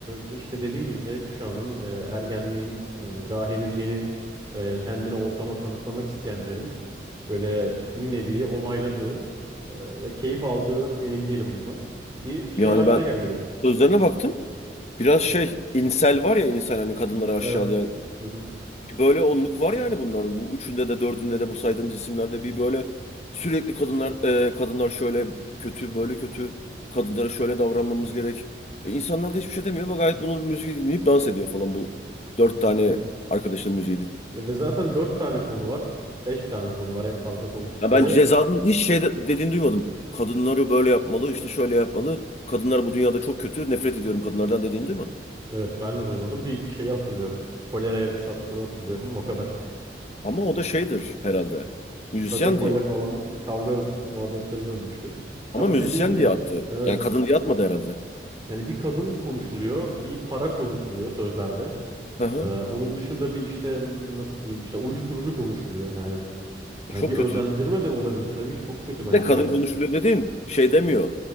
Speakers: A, on the right; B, on the left.
A: e, işte dediğin gibi Z kuşağının e, ergenliğin e, daha henüz yeni e, kendini ortama kanıtlamak isteyenlerin böyle dinlediği, onayladığı e, ve keyif aldığı emin değilim bundan. Bir şey
B: Yani
A: haline
B: ben
A: geldi bu.
B: sözlerine baktım. Biraz şey, insel var ya insan hani kadınları aşağılayan
A: Evet. Hı hı.
B: Bir böyle onluk var yani bunların. Bu üçünde de dördünde de bu saydığımız isimlerde bir böyle sürekli kadınlar e, kadınlar şöyle kötü böyle kötü kadınlara şöyle davranmamız gerek. E, insanlar da hiçbir şey demiyor. Bak gayet bunun müziği dinleyip dans ediyor falan bu dört tane
A: <laughs>
B: arkadaşın müziğini.
A: Ve zaten dört tane konu var. Beş tane konu var en fazla konuştukları.
B: Ya ben Ceza'nın hiç şey de- dediğini duymadım. Kadınları böyle yapmalı, işte şöyle yapmalı. Kadınlar bu dünyada çok kötü. Nefret ediyorum kadınlardan dediğini duymadım.
A: Evet ben de duymadım. Bir şeyi hatırlıyorum. Kolera'ya diss attığını hatırlıyorum. O kadar.
B: Ama o da şeydir herhalde.
A: <laughs>
B: Müzisyen
A: Sagopa'yla
B: diye.
A: falan kavga muhabbetleri dönmüştü.
B: Ama
A: Ya bu
B: müzisyen
A: dediğim gibi
B: diye attı.
A: evet.
B: Yani kadın diye atmadı herhalde.
A: Yani bir kadın konuşuluyor. Bir para konuşuluyor sözlerde.
B: Hı hı.
A: Ee, onun dışında bir işte hmm, nasıl diyeyim işte uyuşturucu konuşuluyor. Yani,
B: E,
A: yani
B: Çok
A: bir özendirme
B: kötü.
A: de olabilir tabii ki. Çok kötü bence
B: Bir de kadın
A: de.
B: konuşuluyor dediğin şey demiyor.